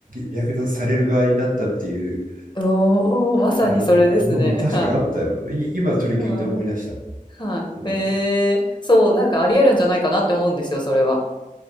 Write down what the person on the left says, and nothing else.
おお、まさにそれですね。
はい。
うん。はい。
えー、そう、なんかありえるんじゃないかなって思うんですよ、それは。